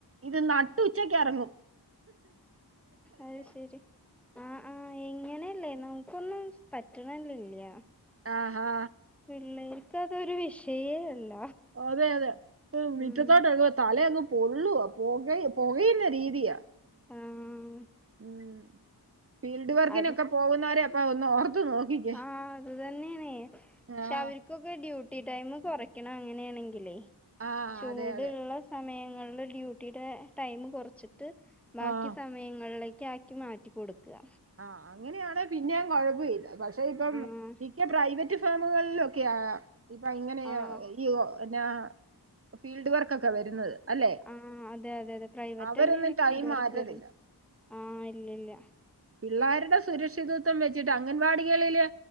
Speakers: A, on the right; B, in the centre.
A: ഇത് നട്ട് ഉച്ചക്കറങ്ങും
B: അയ് ശരി ആഹ് ആഹ് ഇങ്ങനെയല്ലേന്നു നമുക്കൊന്നും പറ്റ്ണെന്നെല്ല്യ
A: ആഹാ
B: പിള്ളേർക്ക് അതൊരു വിഷയേ അല്ല
A: അതെ അതെ മിറ്റത്തോട്ടടു
B: ഉം
A: തല പൊള്ളുവ പുക പുകയുന്ന രീതിയ
B: ഉം
A: ഉം ഫീൽഡ് വർക്കിനൊക്കെ
B: അത്
A: പോകുന്നവരെ അപ്പൊ ഒന്ന് ഓർത്ത നോക്കിക്കേ
B: ആ അത് തന്നെയണ പക്ഷെ
A: ആഹ്
B: അവർക്കൊക്കെ ഡ്യൂട്ടി ടൈം കുറയ്ക്കണം അങ്ങനെയാണെങ്കിലേ
A: ആഹ്
B: ചൂടുള്ള
A: അതെ അതെ
B: സമയങ്ങളില് ഡ്യൂട്ടിയുടെ ടൈം കുറച്ചു ട്ട് ബാക്കി
A: ആഹ്
B: സമയങ്ങളിലേക്ക് ആക്കി മാറ്റി കൊടുക്കുക
A: ആഹ് അങ്ങനെയാണ് പിന്നെയും കുഴപ്പ മില്ല പക്ഷെ ഇപ്പം
B: ആഹ്
A: മിക്ക പ്രൈവ- - മറ്റ് ഫാമുകളിലൊക്കെയ ഇപ്പൊ ഇങ്ങനെയ
B: ആഹ്
A: പിന്നാ ഫീൽഡ് വർക്ക് ഒക്കെ വരുന്നത് അല്ലെ
B: ആഹ് അതെ അതെ അതെ പ്രൈവറ്റ്
A: അവരൊന്നും
B: തന്നെയാണ്
A: ടൈം
B: ഫീൽഡ് വർക്ക്
A: മാറ്റത്തില്ല
B: വരുന്നത് ആഹ് ഇല്ല ഇല്ല
A: പിള്ളേരുടെ സുരക്ഷിതത്വം വെച്ചിട്ട് അംഗൻവാടികളില്